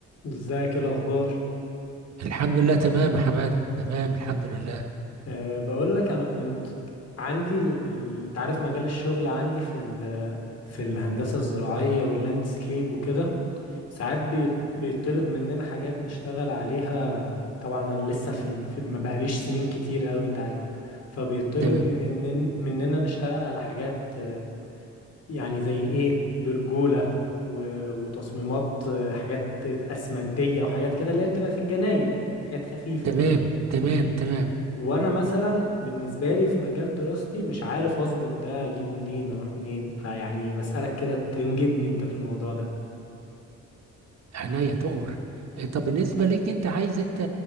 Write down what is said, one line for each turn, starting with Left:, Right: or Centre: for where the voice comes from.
Left: ازيك إيه الاخبار
Right: الحمد لله تمام يا حماد تمام الحمد لله
Left: أه بقول لك انا كنت عندي ال... ال... انت عارف مجال الشغل عندي في ال... في الهندسه الزراعيه واللاندسكيب وكده ساعات بي... بيطلب مننا حاجات نشتغل عليها طبعا انا لسه في, ال... في... ما بقاليش سنين كتير قوي انت عارف فبيطلب
Right: تمام
Left: منن... مننا نشتغل على حاجات آه، يعني زي ايه برجوله و... وتصميمات آه، حاجات اسمنتيه وحاجات كده اللي هي بتبقى في الجناين حاجات خفيفه
Right: تمام
Left: كده
Right: تمام تمام
Left: وانا مثلا بالنسبه لي في مجال دراستي مش عارف اظبط ده اجيبه منين اروح منين فيعني بسالك كده تنجدني انت في الموضوع ده
Right: عينيا تؤمر إيه، طب بالنسبة ليك انت عايز انت